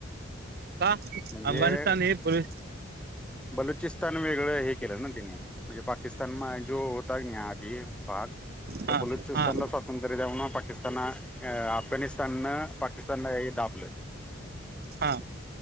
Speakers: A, on the right; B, in the centre.
A: का?
B: म्हणजे
A: अफगानिस्तान हे बुल
B: बलुचिस्तान वेगळं हे केलं ना तिने. म्हणजे पाकिस्तान म जो होता नि आधी भाग. तर
A: हा
B: बलुचिस्तानला
A: हा
B: स्वातंत्र्य द्या म्हणून पाकिस्तान.. अफगाणिस्तान न पाकिस्तानला हे दाबले.
A: हं <unintelligible>